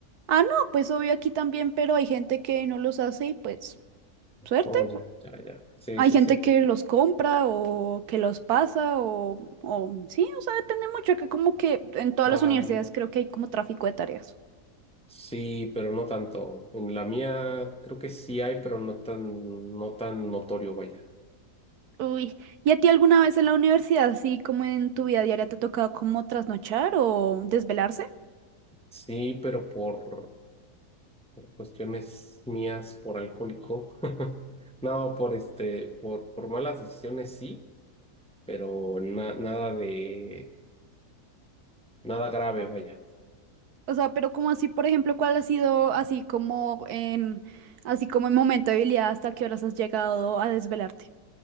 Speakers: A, on the right; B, in the centre.
A: Ah, no, pues obvio aquí también, pero hay gente que no los hace y pues suerte.
B: Oh, ya, ya, ya. Sí,
A: Hay
B: sí,
A: gente
B: sí.
A: que los compra o que los pasa o, o sí, o sea, depende mucho, que como que en todas
B: Ah,
A: las universidades
B: bueno.
A: creo que hay como tráfico de tareas.
B: Sí, pero no tanto. En la mía creo que sí hay, pero no tan, no tan notorio, vaya.
A: Uy, ¿y a ti alguna vez en la universidad, así como en tu vida diaria, te ha tocado como trasnochar o desvelarse?
B: Sí, pero por por cuestiones mías, por alcohólico. <laughs> No, por este, por, por malas decisiones sí, pero na- nada de, nada grave, vaya.
A: O sea, pero como así, por ejemplo, ¿cuál ha sido así como en, así como en momento de habilidad, hasta qué horas has llegado a desvelarte?